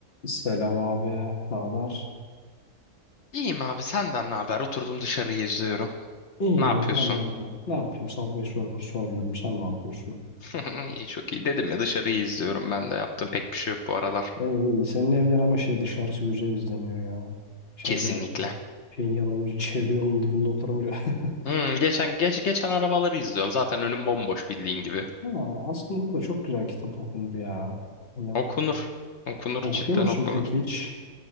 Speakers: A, on the left; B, on the left.
A: Selam abi, ne haber?
B: İyiyim abi senden ne haber? Oturdum dışarıyı izliyorum.
A: İyi,
B: Ne yapıyorsun?
A: ben de ne ne yapayım? Subway Surfer soruyorum, sen ne yapıyorsun?
B: <laughs> İyi çok iyi dedim ya dışarıyı izliyorum ben de yaptığım pek bir şey yok bu aralar.
A: E, İyi, senin evden ama şey dışarısı güzel izleniyor ya. Şeyde,
B: Kesinlikle.
A: şeyin yan olunca, çevre yolunun dibinde oturunca. <laughs>
B: Hmm, geçen geç, geçen arabaları izliyorum. Zaten önüm bomboş bildiğin gibi.
A: Ha, aslında orada çok güzel kitap okunur ya. Hani,
B: Okunur. Okunur
A: okuyor
B: cidden
A: musun
B: okunur.
A: peki hiç?